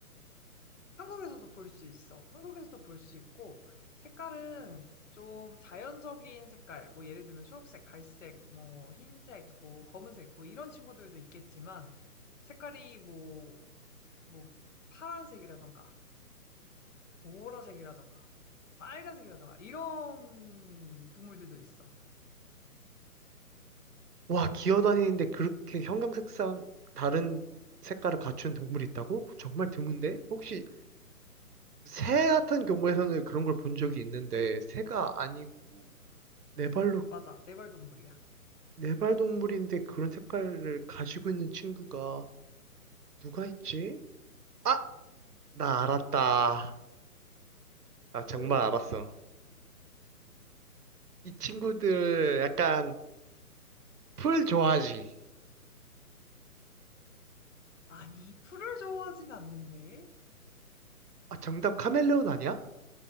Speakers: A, on the left; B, on the right.
A: 한국에서도 볼 수 있어. 한국에서도 볼 수 있고, 색깔은 좀 자연적인 색깔, 뭐 예를 들면 초록색, 갈색, 뭐 흰색, 뭐 검은색, 뭐 이런 친구들도 있겠지만, 색깔이 뭐, 뭐 파란색이라던가, 보라색이라던가, 빨간색이라던가, 이런 동물들도 있어.
B: 와, 기어다니는데 그렇게 형형색상 다른 색깔을 갖춘 동물이 있다고? 그거 정말 드문데? 혹시 새 같은 경우에서는 그런 걸 본 적이 있는데 새가 아니고 네 발로
A: 맞아, 네발동물이야.
B: 네발 동물인데 그런 색깔을 가지고 있는 친구가 누가 있지? 아, 나 알았다. 나 정말
A: 오,
B: 알았어. 이 친구들 약간 풀 좋아하지?
A: 아니, 풀을 좋아하진 않는데?
B: 아, 정답 카멜레온 아니야?